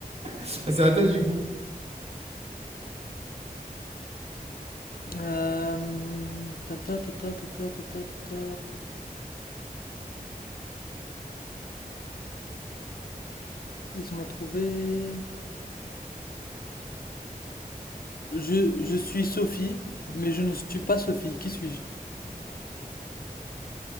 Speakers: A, on the right; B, on the left.
A: Ah, C'est à toi, du coup.
B: Euh, ta ta ta ta ta ta ta ta ta ta. Laisse-moi trouver. Je, je suis Sophie, mais je ne suis pas Sophie. Qui suis-je?